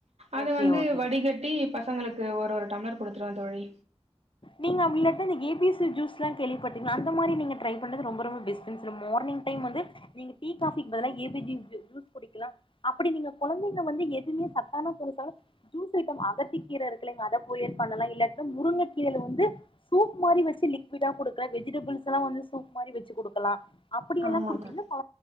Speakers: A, on the right (about 75°); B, on the left (about 50°).
A: அத
B: ஓகே
A: வந்து
B: ஓகே
A: வடிகட்டி ப பசங்களுக்கு ஒரு ஒரு டம்ளர் கொடுத்துருவேன் தோழி
B: நீங்க இல்லட்ன ஏபிசி ஜூஸ் கேள்விப்பட்டிங்கலா அந்த மாரி நீங்க ட்ரைப் பன்னது ரொம்ப ரொம்ப பெஸ்ட் மார்னிங் டைம் வந்து நீங்க டீ காபிக்கு பதிலா ஏபிசி ஜூஸ் குடிக்கலாம் அப்படி நீங்க குழந்தங்க வந்து எதுவுமே சத்தானருசா ஜூஸ் ஐட்டம் அகத்தி கீர இருக்குங்ல அத பொரியல பண்ணலாம் இல்லா முருங்க இதுல வந்து சூப் மாரி வச்சு லிக்விடா குடுக்கல வெஜிடபிள்ஸ் எலாம் வந்து சூப் மாரி வச்சு குடுக்கலாம் அப்படி எலாம்
A: ஆமா
B: குடுத்தீங்கன்ன
A: தோழி
B: <unintelligible>